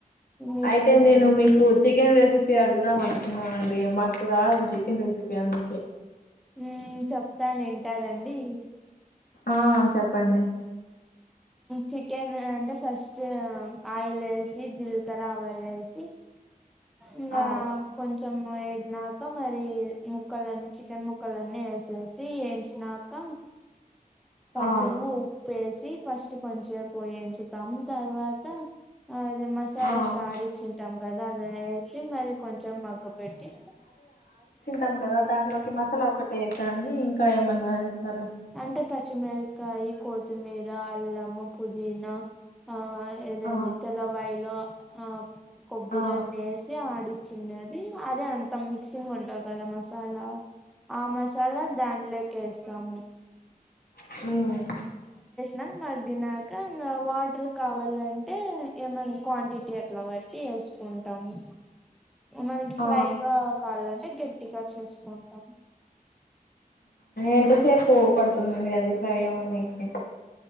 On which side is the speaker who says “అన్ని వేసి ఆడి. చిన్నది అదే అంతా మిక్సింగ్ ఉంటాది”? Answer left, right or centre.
Centre